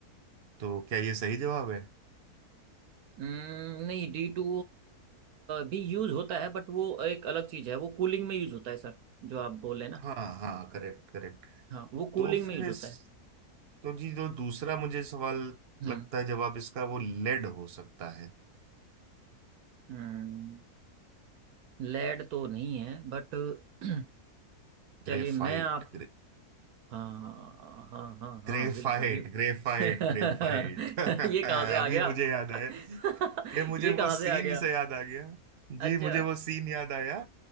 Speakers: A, on the right (about 45°); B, on the right (about 75°).
A: तो क्या ये सही जवाब है
B: हम्म, नहीं डी टू भी यूज होता है बट वो एक अलग चीज है वो कूलिंग में यूज होता है सर जो आप बोले ना
A: हाँ हाँ करेक्ट करेक्ट
B: हाँ वो कूलिंग
A: तो फिर
B: में यूज होता
A: इस
B: है
A: तो जी जो दूसरा मुझे सवाल
B: हम्म
A: लगता है जवाब इसका वो लेड हो सकता है
B: हम्म लेड तो नहीं है बट <clears throat> चलिए
A: ग्रेफाइट
B: मैं आप हाँ हाँ हाँ हाँ
A: ग्रेफाइट
B: बिल्कुल बिल्कुल
A: ग्रेफाइट
B: <laughs>
A: ग्रेफाइट <laughs> अभी
B: ये कहाँ से आ गया
A: मुझे याद आया
B: <laughs>
A: ये मुझे
B: ये कहाँ
A: वो सीन
B: से आ गया
A: से याद आ गया
B: अच्छा
A: जी मुझे वो सीन याद आया